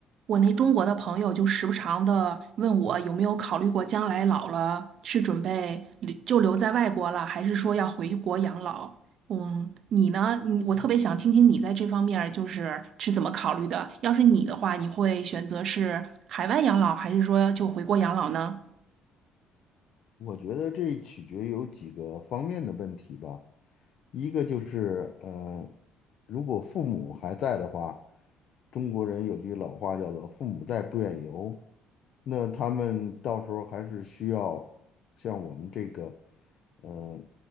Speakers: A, on the right; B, on the left.
A: 我那中国的朋友就时不常的问我有没有考虑过将来老了是准备留就留在外国了，还是说要回国养老？嗯，你呢？你我特别想听听你在这方面儿就是是怎么考虑的。要是你的话，你会选择是海外养老，还是说就回国养老呢？
B: 我觉得这取决有几个方面的问题吧。一个就是，呃，如果父母还在的话，中国人有句老话叫做“父母在，不远游”，那他们到时候还是需要像我们这个，呃，